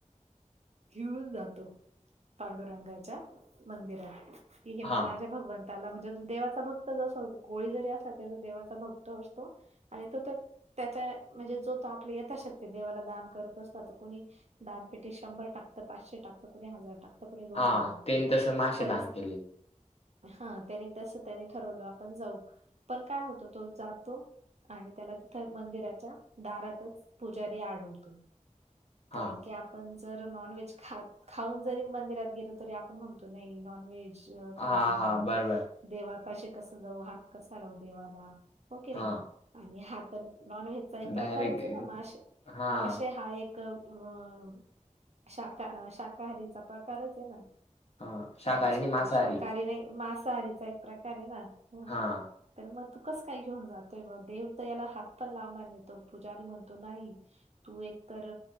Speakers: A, on the right (about 55°); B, on the left (about 50°).
A: घेऊन जातो. पांडुरंगाच्या मंदिरात. कि हे
B: हां,
A: माझ्या भगवं ताला म्हणजे तो देवाचा भक्त जस कोळी जरी असला तरी तो देवाचा भक्त असतो. आणि तो त्या त्याचा म्हणजे जो तो आपल्या येथा शक्ती देवाला दान करत असतो. आता कुणी दानपेटीत शंभर टाकत पाचशे टकत कुणी हजार टाकत. तर कुणी दोन
B: हां.
A: हजार टाकत.
B: त्यांनी तसं मासे
A: परस
B: दान केले.
A: हा त्यानी तस त्यानी ठरवल आपण जाऊ. पण काय होत तो जातो. आणि त्याला तिथं मंदिराच्या दारातच पुजारी आडवतो
B: हां.
A: कारण की आपण जर नॉनव्हेज खात खाऊन जरी मंदिरात गेलो तरी आपण म्हणतो नाही नॉन व्हेज अ
B: हां,
A: खाल्लंय मी
B: हां. बरोबर.
A: देवा पाशी कस जाऊ हात कसा लाव देवाला हो कि
B: हां.
A: नाई आणि हा तर नॉनव्हेजचा एक प्रकारच
B: डायरेक्ट
A: आहे ना मासे,
B: हां,
A: मासेे हा एक अ शाका शाकाहारीचा प्रकारच आहे ना
B: हां. शाकाहारी
A: हे
B: आणि मांसाहारी.
A: शाकाहारी नाही मांसाहारीचा एक प्रकार आहे ना हो
B: हा
A: तर मग तू कस काय घेऊन जातोय ब देव तर याला हात पण लावणार नाही तो पूजारी म्हणतो नाही तू एक तर